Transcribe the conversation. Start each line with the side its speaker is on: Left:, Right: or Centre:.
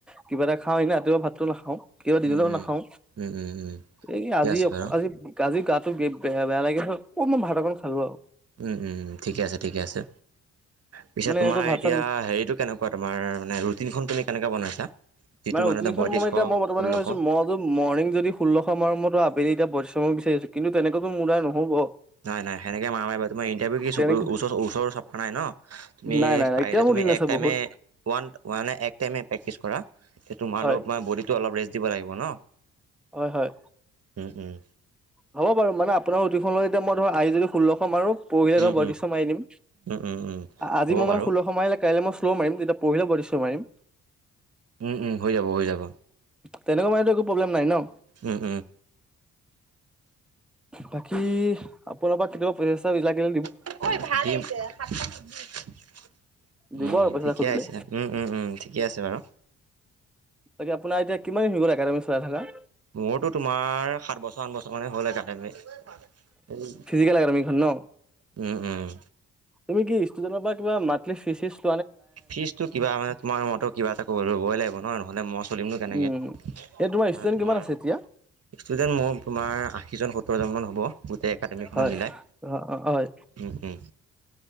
Centre: কিবা এটা খাওঁ এ নে ৰাতিয়পুৱা ভাতটো নাখাও। কেতিয়াবা দিনতে
Right: উম, উম।
Centre: নাখাও
Right: উম, উম, উম,
Centre: এই
Right: ঠিকে
Centre: আজি
Right: আছে বাৰু।
Centre: আজি আজি গাত। বেয়া বেয়া লাগিছে অকনমান ভাত অকন খালো আৰু।
Right: উম উম ঠিকে আছে ঠিকে আছে। পিছে
Centre: মানে
Right: তোমাৰ
Centre: এনেকৈ ভাত
Right: এতিয়া
Centre: চাত
Right: হেৰিতটো কেনেকুৱা তোমাৰ মানে ৰুটিনখন তুমি কেনেকুৱা বনাইছা? যিটো
Centre: মানে ৰুটিনখন
Right: বয়ত্ৰিছশ,
Centre: মই মানে এতিয়া মই বৰ্তমানে
Right: ষোল্লশ
Centre: ভাবিছো মই যদি মৰ্নিং যদি ষোল্লশ মৰ মৰতো। আবেলি এয়া পৰিশ্ৰম বিচাৰিছোঁ কিন্তু তেনেকো মোৰ দ্বাৰা নহ'ব।
Right: নাই নাই সেনেকে মাৰাই বাৰু তোমাৰ ইণ্টাৰভি কি
Centre: তেনেকে
Right: চৰ ওচৰ ওচৰ চপা নাই ন তুমি
Centre: নাই নাই নাই
Right: পাৰিলে
Centre: এতিয়া মোৰ
Right: তুমি।
Centre: দিন আছে
Right: এক টাইমে
Centre: বহুত
Right: ওৱান ওৱান এক টাইমে প্ৰেক্টিছ কৰা। তোমাৰো
Centre: হয়
Right: অলপ মানে বডিটো অলপ ৰেষ্ট দিব লাগিব ন।
Centre: হয় হয়।
Right: উম উম।
Centre: হ'ব বাৰু মানে আপোনাৰ ৰুতিনখনলৈ এতিয়া মই ধৰা আজি যদি ষোল্লশ মাৰো। পৰহিলৈ
Right: উম
Centre: বৈদশ্য মাৰি দিম
Right: উম উম উম উম
Centre: আজি
Right: হ'ব
Centre: মই
Right: বাৰু
Centre: মানে ষোল্ল সময় আহিলে কাইলৈ মই। পোৰা মাৰিম তেতিয়া পাহৰিলে পইত্ৰিছশ মাৰিম।
Right: উম-উম। হয় যাব, হয় যাব।
Centre: তেনেকুৱা মাৰিলে একো প্ৰব্লেম নাই ন?
Right: উম উম
Centre: বাকী আপোনাৰ বা কেতিয়াবা পইচা চইছা লাগিল
Right: <unintelligible> ভাল হৈছে <unintelligible>
Centre: দিব
Right: উম
Centre: আৰু পইচা
Right: ঠিকে
Centre: খুজিলে
Right: আইছিলে। উম-উম-উম ঠিকেই আছে বাৰু।
Centre: তাকে আপোনাৰ এতিয়া কিমান দিন হল একাডেমী চলাই থকা?
Right: মোৰতো তোমাৰ সাত বছৰ, আঠ বছৰ মানে হ'ল একাডেমি এই
Centre: <unintelligible>
Right: উম, উম।
Centre: তুমি কি ষ্টুডেণ্টৰ পৰা কিবা মন্থলী ফিছ চিছ
Right: ফিছ টো কিবা মানে তোমাৰ মইটো কিবা এটা কৰিবই লাগিব হয় নহয়। নহলে মই চলিমনো কেনেকে
Centre: উম, এই
Right: আৰু
Centre: ষ্টুডেণ্ট
Right: তোমাৰ
Centre: কিমান আছে এতিয়া?
Right: ষ্টুডেণ্ট মোৰ তোমাৰ আশীজন, সোতৰ জন মান হ'ব গোটেই একাডেমীখনত
Centre: হয়।
Right: মিলাই।
Centre: অ', অ', হয়,
Right: উম, উম।